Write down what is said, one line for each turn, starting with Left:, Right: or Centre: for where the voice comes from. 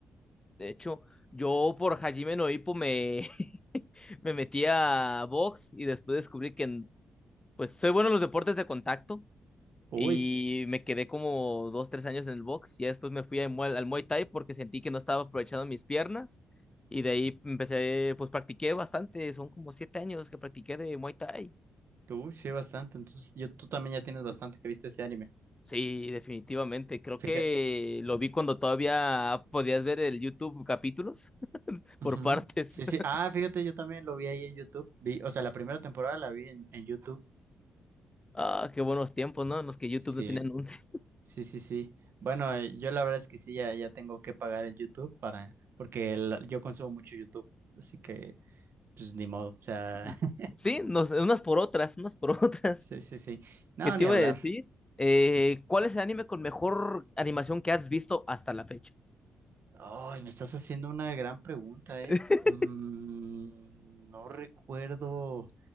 Left: De hecho, yo por Hajime no Ippo me, <laughs> me metí a box y después descubrí que pues soy bueno en los deportes de contacto
Right: Uy,
Left: y me quedé como dos, tres años en el box. Y después me fui a Muay- al Muay Thai porque sentí que no estaba aprovechando mis piernas y de ahí empecé, pues practiqué bastante, son como siete años que practiqué de Muay Thai
Right: tú sí, bastante, entonces yo, tú también ya tienes bastante que viste ese anime.
Left: Sí, definitivamente. Creo
Right: Fíjate.
Left: que lo vi cuando todavía podías ver el YouTube capítulos <laughs>
Right: Ujú.
Left: por partes.
Right: Sí, sí.
Left: <laughs>
Right: Ah, fíjate, yo también lo vi ahí en YouTube. Vi, o sea, la primera temporada la vi en, en YouTube.
Left: Ah, qué buenos tiempos, ¿no? En los que YouTube
Right: Sí,
Left: no tenía anuncios.
Right: sí, sí, sí. Bueno, eh, yo la verdad es que sí, ya, ya tengo que pagar el YouTube para, porque el- yo consumo mucho YouTube, así que, pues ni modo. O sea,
Left: <laughs>
Right: <laughs>
Left: Sí, nos- unas por otras, unas por <laughs> otras.
Right: sí, sí, sí. No,
Left: ¿Qué te
Right: ni
Left: iba
Right: hablar.
Left: a decir? Eh, ¿cuál es el anime con mejor animación que has visto hasta la fecha?
Right: Ay, me estás haciendo una gran pregunta, ¿eh?
Left: <laughs>
Right: Mm, no recuerdo.